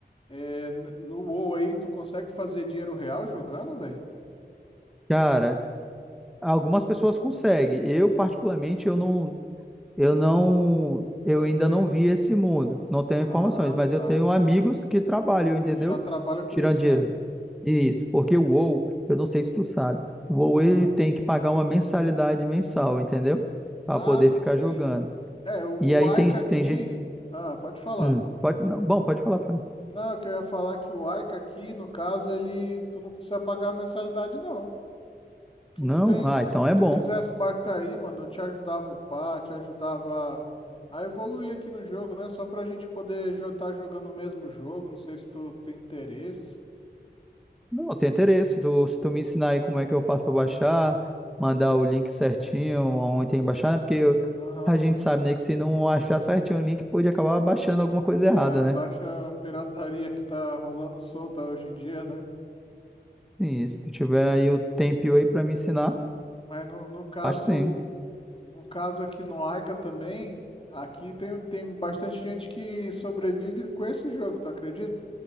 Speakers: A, on the left; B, in the centre.
A: é, n- no WoW aí, tu consegue fazer dinheiro real jogando, velho?
B: Cara, Algumas pessoas conseguem. Eu, particularmente, eu não, eu não, eu ainda
A: Não tem.
B: não vi esse mundo. Não tenho
A: Ah,
B: informações, mas eu
A: tá.
B: tenho amigos que trabalham, entendeu?
A: Que já trabalha com
B: Tirando
A: isso,
B: dinheiro.
A: né?
B: Isso, porque o WoW, eu não sei se tu sabe, o WoW ele
A: Ah,
B: tem que pagar uma mensalidade mensal, entendeu? Para
A: ah
B: poder
A: sim.
B: ficar jogando.
A: É, o
B: E aí
A: o Aika
B: tem,
A: aqui.
B: tem gente.
A: Ah, pode falar.
B: Hum, pode, não, bom, pode falar, Fanny.
A: Não, eu queria falar é que o Aika aqui, no caso, ele, tu não precisa pagar a mensalidade, não. Tu
B: Não?
A: não tem,
B: Ah,
A: se
B: então é
A: tu
B: bom.
A: quisesse baixar aí, mano, eu te ajudava a upar, te ajudava a evoluir aqui no jogo, né? Só pra gente poder estar jogando o mesmo jogo, não sei se tu tem interesse.
B: Não, tem interesse. Tu, se tu me ensinar aí como é que eu faço pra baixar, mandar o link certinho, onde tem que baixar, né? Porque eu-
A: Aham,
B: a gente sabe, né, que se não achar certinho o link, pode acabar baixando alguma coisa errada,
A: É, baixa
B: né?
A: a pirataria que tá rolando solta hoje em dia, né?
B: Sim, se tu tiver aí o tempinho aí pra me ensinar,
A: Mas no, no caso,
B: acho sim.
A: no caso aqui no Aika também, aqui tem, tem bastante gente que sobrevive com esse jogo, tu acredita?